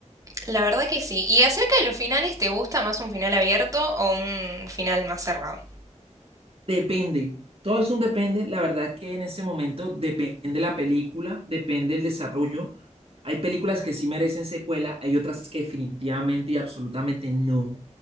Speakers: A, on the right; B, on the right.
A: La verdad que sí. Y acerca de los finales, ¿te gusta más un final abierto o un final más cerrado?
B: Depende, todo es un depende. La verdad que en ese momento depende la película, depende el desarrollo. Hay películas que sí merecen secuela, hay otras que definitivamente y absolutamente no,